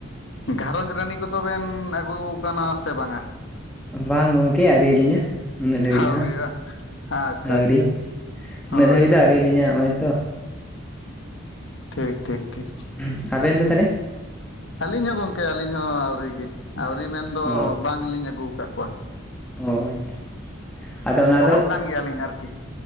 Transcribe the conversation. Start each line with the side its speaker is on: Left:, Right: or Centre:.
Left: ᱜᱷᱟᱨᱚᱸᱡᱽ ᱨᱟᱹᱱᱤ ᱠᱚᱫᱚ ᱵᱮᱱ ᱟᱹᱜᱩᱣᱟᱠᱟᱱᱟ ᱥᱮ ᱵᱟᱝᱟ?
Centre: ᱵᱟᱝ ᱜᱚᱝᱠᱮ ᱟᱹᱨᱤᱞᱤᱧᱟ ᱾ ᱱᱤᱱᱟᱹᱜ ᱫᱷᱟᱹᱵᱤᱡ
Left: ᱟᱹᱣᱨᱤ
Centre: ᱱᱷᱟᱜ
Left: ᱵᱟᱝ ᱟᱪᱪᱷᱟ
Centre: ᱟᱹᱣᱨᱤ,
Left: ᱟᱪᱪᱷᱟ
Centre: ᱱᱤᱱᱟᱹᱜ
Left: ᱦᱳᱭ
Centre: ᱫᱷᱟᱹᱵᱤᱡ
Left: ᱦᱳᱭ
Centre: ᱫᱚ ᱟᱹᱣᱨᱤᱭᱞᱤᱧᱟ
Left: ᱦᱳᱭ
Centre: ᱱᱚᱜᱼᱚᱭ ᱛᱚ ᱾
Left: ᱴᱷᱤᱠ ᱴᱷᱤᱠ ᱴᱷᱤᱠ ᱾
Centre: ᱦᱩᱸ ᱟᱹᱵᱤᱱ ᱫᱚ ᱛᱟᱦᱞᱮ?
Left: ᱟᱹᱞᱤᱧ ᱦᱚᱸ ᱜᱚᱝᱠᱮ ᱟᱹᱞᱤᱧ ᱦᱚᱸ ᱟᱹᱣᱨᱤ ᱜᱮ ᱟᱹᱣᱨᱤ ᱢᱮᱱᱫᱚ
Centre: ᱚ
Left: ᱵᱟᱝᱞᱤᱧ ᱟᱹᱜᱩ ᱟᱠᱟᱫ ᱠᱚᱣᱟ
Centre: ᱚ ᱟᱪᱪᱷᱟ ᱟᱫᱚ ᱚᱱᱟ
Left: ᱚᱞᱚᱜ
Centre: ᱫᱚ
Left: ᱠᱟᱱ ᱜᱮᱭᱟᱞᱤᱧ ᱟᱨᱠᱤ ᱾